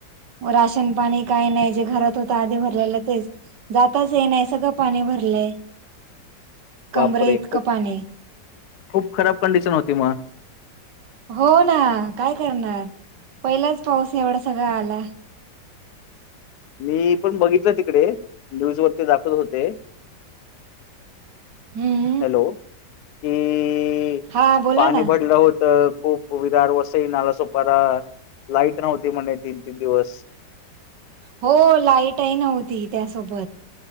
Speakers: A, on the right; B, on the left.
A: राशन पाणी काही नाही जे घरात होत आधी भरलेलं तेच जाताच हे नाही सगळं पाणी भरलंय कमरे
B: वापरे
A: इतकं
B: खूप
A: पाणी
B: खूप खराब कंडिशन होती मग
A: हो ना काय करणार पहिलाच पाऊस एवढा सगळळा आला
B: मी पण बघितलं तिकडे न्यूज वरती दाखवत होते
A: हम्म
B: हॅलो की
A: हा बोला
B: पाणी
A: ना
B: पडलं होत खूप विरार वसई नाला सोपारा लाईट नव्हती म्हणे तीन तीन दिवस
A: हो लाईटही नव्हती त्यासोबत